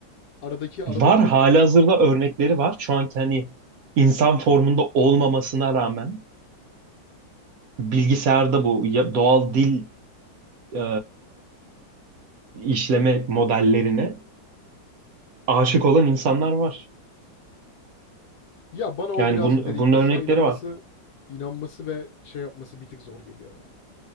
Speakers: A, on the left; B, on the right.
A: Aradaki aradaki
B: Var halihazırda örnekleri var. Şu anki hani insan formunda olmamasına rağmen bilgisayarda bu ya- doğal dil e, işleme modellerine aşık olan insanlar var.
A: ya bana o
B: Yani
A: birazcık
B: bun,
A: dediğim
B: bunun
A: gibi
B: örnekleri
A: şu an inanması
B: var.
A: inanması ve şey yapması bir tık zor geliyor ya.